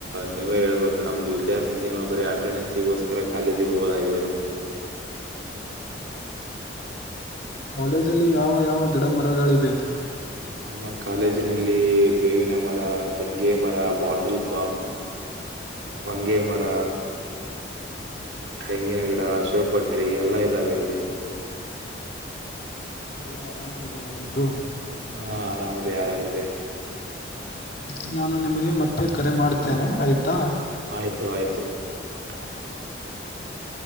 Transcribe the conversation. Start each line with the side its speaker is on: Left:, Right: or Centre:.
Right: ನೀವೇ ಹೇಳ್ಬೇಕು ನಮ್ದು ವಿದ್ಯಾರ್ಥಿ ಜೀನ್ವ ಬರೀ ಅಟೆಂಡೆನ್ಸಿಗೋಸ್ಕರ. ಕಾಲೇಜಿಗೆ ಹೋಗೋದಾಗಿದ್ದೀ ನ್ದದು. ಹ-
Left: ಕಾಲೇಜಲ್ಲಿ ಯಾವ ಯಾವ ಗಿಡ ಮರಗಳಿವೆ.
Right: ನಮ್ಮ ಕಾಲೇಜಿನಲ್ಲಿ ಬೇವಿನ ಮರ ತೆಂಗೆ ಮರ ಬಾಟಲ್ ಪಾಮ. ವಂಗೇ ಮರ. ತೆಂಗಿನ ಗಿಡ ಶಿವಕಪಟ್ರಿ ಎಲ್ಲಾ ಇದ್ದಾವೆ ಇಲ್ಲಿ.
Left: ಇ ಎಲ್ಲಾ ಆರಾಮ ಇದ ಇದೆಯಾ ನಿಮ್ದು.
Right: ಹಾ ಆರಾಮಿದೆ ಆರಾಮಿದೆ.
Left: ಮತ್ತೆ ನಾನು ನಿಮಗೆ ಮತ್ತೆ ಕರೆ ಮಾಡ್ತೇನೆ ಆಯ್ತಾ.
Right: ಆಯ್ತು ಆಯ್ತು. ಹ-